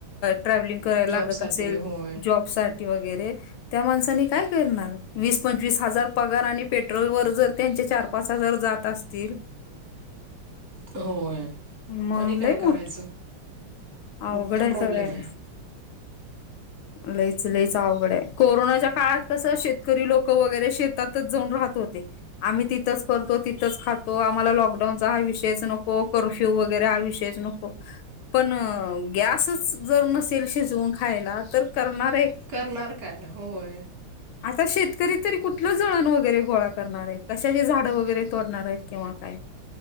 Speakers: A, on the left; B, on the right.
A: ट्रॅव्हलिंग करायला
B: जॉबसाठी
A: लागतं असेल
B: होय
A: जॉबसाठी. वगैरे त्या माणसानी काय करणार वीस पचवीस हजार. पगार आणि पेट्रोल वर जर त्यांचे चार पाच हजार जात असतील.
B: होय
A: मंग
B: आणि काय
A: लय
B: करायचं
A: मोठं.
B: मोठा
A: अवघड आहे
B: प्रॉब्लेम
A: सगळयांच.
B: हा
A: लईच लईच आवघड आहे कोरोनाच्या काळात कसं शेतकरी लोक वगैरे शेतीचे. त्यातच जाऊन राहत होते आम्ही तिथंच करतो, तिथंच खातो, आम्हाला लॉकडाऊनचा हा विषयच नको,, कर्फ्यू वगैरे हा विषय नको,, पन गॅसच जर नसेल शिजवून खायला,, तर करनार
B: करणार काय? होय.
A: आता शेतकरी तरी कुठें. जळण वगैरे गोळा करणार आहेत. कशाची झाडं वगैरे तोडणार आहेत किंवा काय.